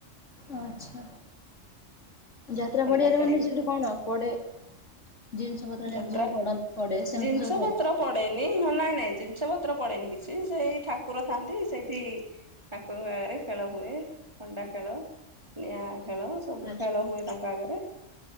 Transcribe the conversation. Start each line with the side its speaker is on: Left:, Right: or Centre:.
Left: ଆଚ୍ଛା ଯାତ୍ରା
Right: ଖଣ୍ଡା
Left: ପଡିଆରେ
Right: ଖେଳିକି
Left: ମାନେ ସେଠି କଣ ପଡେ ଜିନିଷ ପତ୍ର ଯେମିତି
Right: ଯାତ୍ରା
Left: ସବୁ ପଡେ ସେମିତି
Right: ଜିନିଷ
Left: ସବୁ ପଡେ
Right: ପତ୍ର ପଡେନି ହଁ ନାଇଁ ନାଇଁ ଜିନିଷ ପତ୍ର ପଡେନି କିଛି ସେ ଏଇ ଠାକୁର ଥାଆନ୍ତି। ସେଠି ଠାକୁର ଙ୍କ ଆଗରେ ଖେଳ ହୁଏ ଖଣ୍ଡା ଖେଳ ନିଆଁ ଖେଳ ସବୁ
Left: ଆଚ୍ଛା
Right: ଖେଳ ହୁଏ ତାଙ୍କ ଆଗରେ